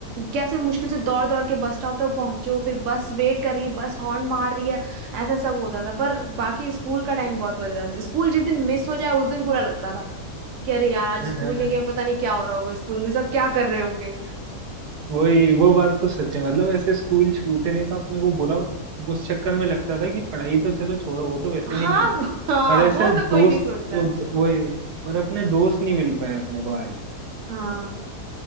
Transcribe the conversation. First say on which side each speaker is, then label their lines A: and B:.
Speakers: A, on the right; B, on the right.
A: कैसे मुश्किल से दौड़ दौड़ के बस स्टॉप तक पहुंचो फिर बस वेट कर रही है बस हॉर्न मार रही है ऐसा सब होता था पर बाकी स्कूल का टाइम बहुत मजेदार था स्कूल जिस दिन मिस हो जाए उस दिन बुरा लगता था कि अरे यार आज
B: <laughs>
A: स्कूल नहीं गए पता नहीं क्या हो रहा होगा स्कूल में सब क्या कर रहे होंगे
B: वही वो बात तो सच है मतलब ऐसे स्कूल छूटने का अपने को बुरा उस चक्कर में लगता था कि पढ़ाई तो चलो छोड़ो वो तो वैसे
A: हाँ
B: भी नहीं होती
A: वो- हाँ
B: पर ऐसे
A: वो तो कोई
B: दोस्त
A: नहीं सोच रहा
B: वो वो- और अपने दोस्त नहीं मिल पाए अपने को आज
A: हाँ